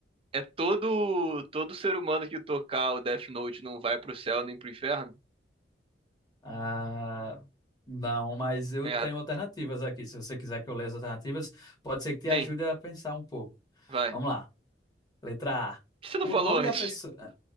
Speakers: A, on the right (about 30°); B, on the left (about 20°).
A: é todo, todo ser humano que tocar o Death Note não vai pro céu nem pro inferno?
B: Ah, não, mas eu
A: Merda,
B: tenho alternativas aqui. Se você quiser que eu leia as alternativas, pode ser que te
A: sim,
B: ajude a pensar um pouco.
A: vai.
B: Vamos lá.
A: Por
B: Letra A.
A: que você não
B: O
A: falou
B: nome
A: antes?
B: da pessoa. <laughs>